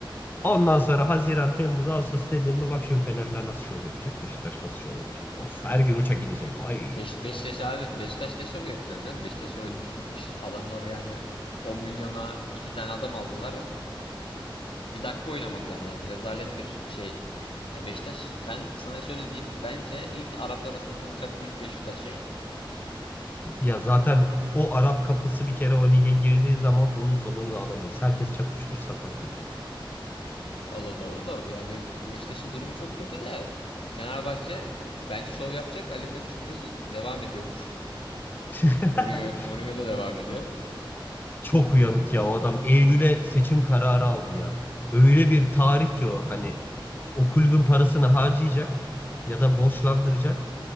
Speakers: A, on the left; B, on the left.
A: Ondan sonra Haziran, Temmuz, Ağustos dediğimde bak şimdi Fenerler nasıl şov yapacak, Beşiktaş nasıl şov yapacak. Of her gün uçak inecek. Ay
B: Beş, Beşiktaş abi Beşiktaş ne şovu yapacak canım? Beşiktaş ölmüş bitmiş. Adamlar yani 10 milyona iki tane adam aldılar. Bir dakika oynamadılar yani. Rezalet bir şey. Yani Beşiktaş ben sana şöyle diyeyim. Bence ilk Araplara satılacak kulüp Beşiktaş yani.
A: ya zaten o Arap kapısı bir kere o lige girdiği zaman onun sonunu da alamayız. Herkes çatır çutur satan kulübe.
B: Ya o da doğru da yani Beşiktaş'ın durumu çok kötü de Fenerbahçe bence şov yapacak. Ali Koç biliyorsun devam ediyormuş.
A: <laughs>
B: Mourinho, Mourinho da devam ediyor.
A: Çok uyanık ya o adam. Eylül'e seçim kararı aldı ya. Öyle bir tarih ki o hani o kulübün parasını harcayacak ya da borçlandıracak.